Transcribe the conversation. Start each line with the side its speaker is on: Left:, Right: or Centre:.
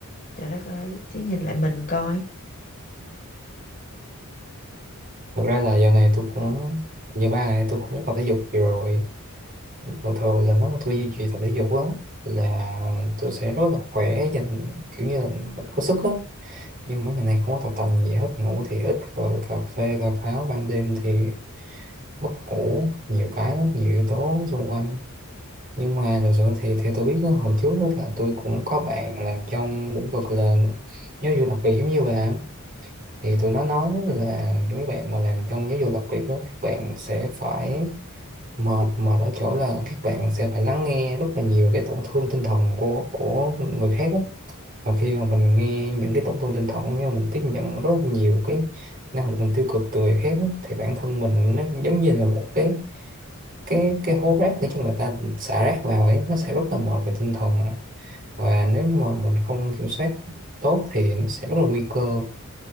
Left: trời đất ơi chứ nhìn lại mình coi
Right: thực ra là giờ này tôi cũng như ba ngày nay tôi cũng muốn tập thể dục nhiều rồi còn thường là nếu mà tôi duy trì tập thể dục á là tôi sẽ rất là khỏe và kiểu như là mình có sức á nhưng mấy ngày nay không có tập tành gì hết ngủ thì ít rồi cà phê cà pháo ban đêm thì mất ngủ nhiều cái lắm, nhiều yếu tố xung quanh nhưng mà thực sự thì theo tôi biết á, hồi trước á là tôi cũng có bạn làm trong lĩnh vực là giáo dục đặc biệt giống như bà á. thì tụi nó nói là những cái bạn mà làm trong giáo dục đặc biệt đó, các bạn sẽ phải mệt mệt ở chỗ là các bạn sẽ phải lắng nghe rất là nhiều cái tổn thương tinh thần của của người khác á và khi mà mình nghe những cái tốt thông tin thật nhưng mà mình tiếp nhận rất nhiều cái năng lượng tiêu cực từ người khác á, thì bản thân mình nó giống như là một cái cái cái hố rác để cho người ta xả rác vào ấy nó sẽ rất là mệt về tinh thần và nếu như mà mình không kiểm soát tốt thì nó sẽ rất là nguy cơ